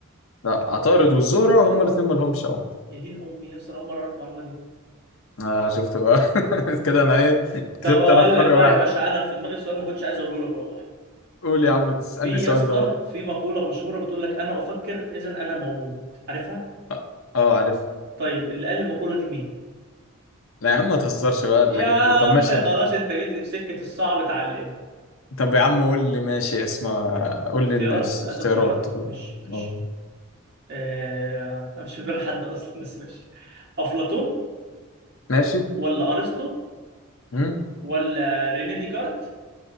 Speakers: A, on the left; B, on the right.
A: لا عطارد والزهرة هما الاتنين ملهمش قمر
B: يا دين أمي يا اسطى أنا أول مرة أعرف المعلومة دي
A: آه شفت بقى <laughs> كده أنا إيه
B: طب
A: كسبت
B: أقول
A: أنا في فرق
B: لك بقى
A: واحد
B: يا باشا أنا في دماغي سؤال ما كنتش عايز أقوله لك والله
A: قول يا عم تسألني
B: في
A: السؤال
B: يا اسطى
A: ده بقى
B: في مقولة مشهورة بتقول لك أنا أفكر إذا أنا موجود عارفها؟
A: أه آه، عارف
B: طيب اللي قال المقولة دي مين؟
A: لا يا عم ما تهزرش بقى الحاجات
B: يا عم
A: دي طب ماشي
B: خلاص أنت جيت لي في سكة الصعب اتعلقنا
A: طب يا عم قول لي ماشي اسمع قول
B: اختيارات
A: لي الناس
B: عايز
A: اختيارات
B: اختيارات؟
A: اه
B: ماشي ماشي
A: اه
B: آه... أنا مش في دماغي حد أصلا بس ماشي أفلاطون
A: ماشي
B: ولا ارسطو
A: امم
B: ولا ريني ديكارت